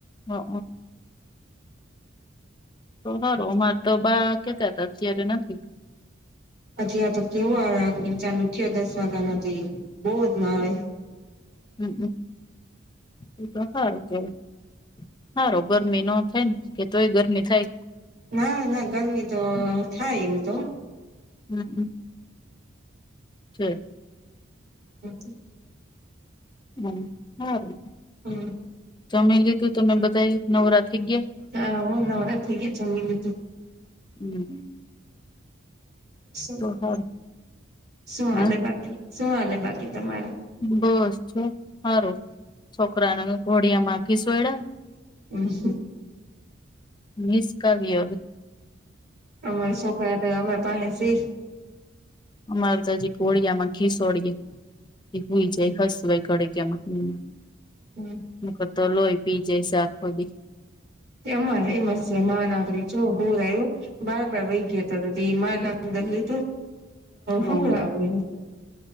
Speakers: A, on the left (about 20°); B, on the right (about 50°).
A: હઅ તો સારું અમારે તો બા કેતા તા અત્યારે નથી
B: અત્યારે તો કેવો આવે આખોડી ચાલુ થયો દસ વાગા નો તો બોજ નો આવે
A: હઅ એ તો સારુ કેવા સારુ ગરમી ન થાય ને કે તોય ગરમી થાય
B: ના ના ગરમી તો થાય એમ તો
A: હમ હમ ઠેક
B: હઅ
A: હમ સારું
B: હમ્મ.
A: તોમે કીધું તમે બધા નવરા થઈ ગયા
B: હા હો નવરા થઈ ગયા જમી લીધું
A: હમ્મ.
B: શું
A: હારું
B: શું હાલે
A: હા
B: બાકી શું હાલે બાકી તમારુ
A: બસ છું સારું છોકરાને ઘોડિયા માખી શું એડા
B: હમ્મ હમ્મ.
A: નિસ કર વિયોગ
B: અમારે છોકરા હતા અમે પાસે સીખ
A: અમારે તોજી કોડિયામાં ઘિસોડીય એ હોઈ જાય હસય ઘડિક કેમાં
B: હમ્મ.
A: મુ તો લોહી પી જે છે આખો દી
B: તેમાં એમસ મહા નાગરી જોઓ પૂર આયવુ બાર વૈ ગયો હતો. વિમાન દલ તો
A: હમ
B: હું આવું એને